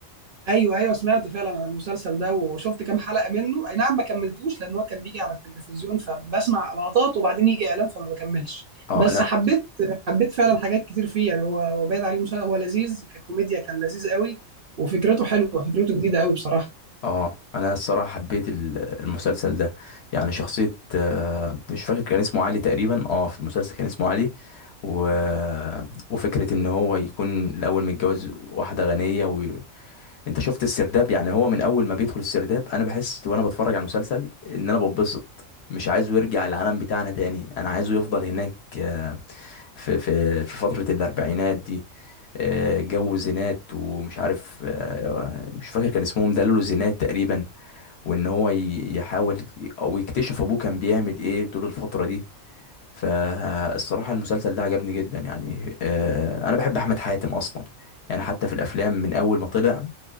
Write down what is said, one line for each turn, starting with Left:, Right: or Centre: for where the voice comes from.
Right: ايوه ايوه سمعت فعلا عن المسلسل ده وشفت كام حلقه منه اي نعم ما كملتوش لان هو كان بيجي على التلفزيون فبسمع لقطات وبعدين يجي اعلان فما بكملش
Left: اه
Right: بس
Left: لا
Right: حبيت حبيت فعلا حاجات كتير فيه يعني هو هو باين عليه مسلسل هو لذيذ ككوميديا كان لذيذ قوي وفكرته حلوه فكرته جديده قوي بصراحه
Left: اه انا الصراحه حبيت ال- المسلسل ده يعني شخصيه آه، مش فاكر كان اسمه علي تقريبا اه في المسلسل كان اسمه علي و... وفكره ان هو يكون الاول متجوز واحده غنيه انت شفت السرداب يعني هو من اول ما بيدخل السرداب انا بحس وانا بتفرج على المسلسل ان انا بنبسط مش عايزه يرجع العالم بتاعنا تاني انا عايزه يفضل هناك آه، في في في فترة الاربعينات دي آه، جو زينات ومش عارف آه، مش فاكر كان اسمهم دللو زينات تقريبا وان هو ي- يحاول او يكتشف ابوه كان بيعمل ايه طول الفترة دي فالصراحة المسلسل ده عجبني جدا يعني آه، انا بحب احمد حاتم اصلا يعني حتى في الافلام من اول ما طلع